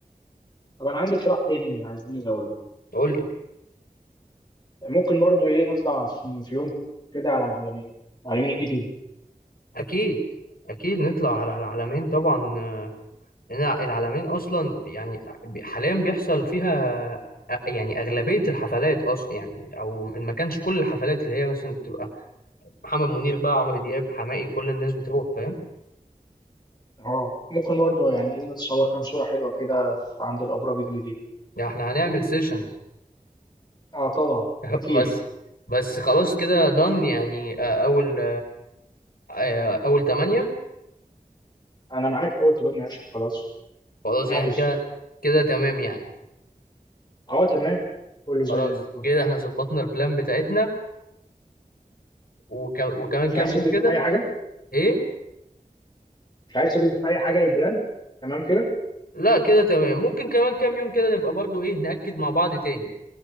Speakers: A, on the left (about 30°); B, on the left (about 85°).
A: طب أنا عندي اقتراح تاني عايزين نزوده
B: قول لي
A: ممكن برضو إيه نطلع في في يوم كده على العلمين العلمين الجديدة
B: أكيد أكيد نطلع على العلمين طبعا آه، لأن العلمين أصلا يعني بي- حاليا بيحصل فيها آه، يعني أغلبية الحفلات أصلا يعني أو إن ما كانش كل الحفلات اللي هي مثلا تبقى محمد منير بقى عمرو دياب حماقي كل الناس بتروح فاهم
A: اه ممكن برضو يعني إيه نتصور كام صورة حلوة كده عند الأبراج الجديدة
B: يعني احنا هنعمل سيشن
A: اه طبعا
B: <laughs>
A: أكيد
B: بس بس خلاص كده دن يعني آه، اول آه، اول تمانية
A: أنا معاك أول تمانية قشطة خلاص
B: خلاص
A: نحجز
B: يعني كده كده تمام يعني
A: اه تمام كله زي
B: خلاص
A: الفل
B: كده احنا ظبطنا البلان بتاعتنا وك... وكمان
A: مش
B: كام
A: عايز
B: يوم
A: تضيف
B: كده
A: اي حاجه
B: ايه
A: مش عايز تضيف اي حاجه للبلان تمام كده
B: لا كده تمام ممكن كمان كام يوم كده نبقى برضو ايه نأكد مع بعض تاني